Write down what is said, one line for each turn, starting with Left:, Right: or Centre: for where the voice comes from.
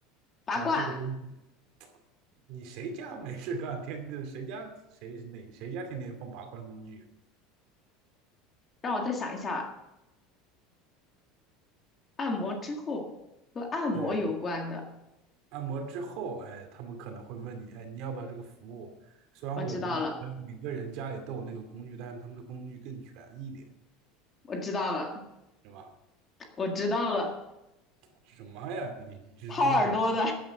Left: 拔罐，
Right: 然后这个东西，你谁家没事干，天天谁家谁哪谁家天天放拔罐工具？
Left: 让我再想一下，按摩之后和按摩有关的，
Right: 对，按摩之后，哎，他们可能会问你，哎，你要不要这个服务？虽然我们每个每个人家里都有那个工具，
Left: 我知道了，
Right: 但是他们的工具更全一点，
Left: 我知道了，
Right: 是吧？
Left: 我知道了，
Right: 什么呀？你就知道了？
Left: 掏耳朵的，